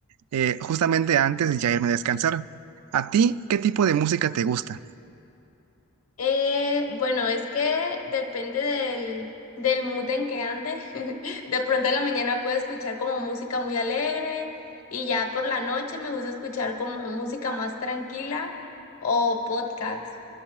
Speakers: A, on the right (about 80°); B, on the left (about 65°).
A: eh, justamente antes de ya irme a descansar. ¿A ti qué tipo de música te gusta?
B: Eh, bueno, es que depende del, del mood en que ande. <laughs> De pronto en la mañana puedo escuchar como música muy alegre y ya por la noche me gusta escuchar como música más tranquila o podcast.